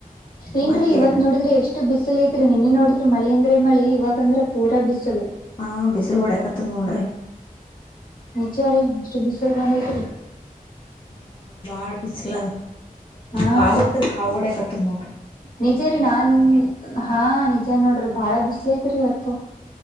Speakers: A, on the left; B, on the left.
A: ಏನ್ರೀ
B: ಮತ್ತೇನು
A: ಇವತ್ ನೋಡಿದ್ರೆ ಎಷ್ಟು. ಇಷ್ಟು ಬಿಸಿಸಿಲು ಐತ್ರಿ ನಿನ್ನೆ ನೋಡಿದ್ರ ಮಳೆ ಅಂದ್ರ ಮಳೆ ಇಗ ಅಂದ್ರೆ ಪೂರ ಬಿಸಲು.
B: ಹ್ಮ್ಮ್ ಬಿಸಿಲ್ ಒಡಕತ್ತದ ನೋಡ್ರಿ.
A: ನಿಜ ರೀ ಎಷ್ಟು ಬಿಸಲು ಬಂದ ಐತ್ರಿ.
B: ಹ ಬಾಳ್ ಬಿಸಲ
A: ಹಾ
B: ಕಾವ
A: ರೀ
B: ಅಂದ್ರೆ ಕಾವೋಡ ಕತ್ತ ನೋ
A: ನಿಜ ರೀ ನಾನ್ ಹಾ ನಿಜ ನೋಡ್ರಿ ಬಾಳ ಬಿಸ್ಲ ಐತ್ರಿ ಇವತ್ತು